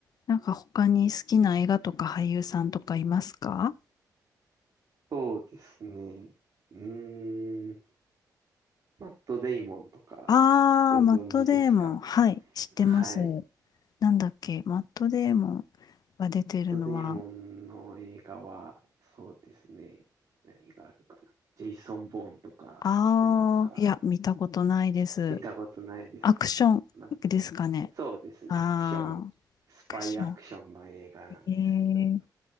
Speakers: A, on the left; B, on the right.
A: なんか他に好きな映画とか俳優さんとかいますか
B: そうですね。うーん、マット・デイモンとか
A: ああー、
B: ご存知ですか
A: マットデーモン。はい、知ってます。
B: はい。マッ
A: なんだっけ、マットデーモンが出てるのは、
B: ト・デイモンの映画は、そうですね。何があるかな。ジェイソン・ボーンとか知ってますか
A: ああ、いや、見たことないです。
B: 見たことないですか
A: アクションですかね。
B: なんか、そうですね。
A: ああ、
B: アクション、
A: ア
B: スパイアクションの映画なんですけど、
A: クション。えー、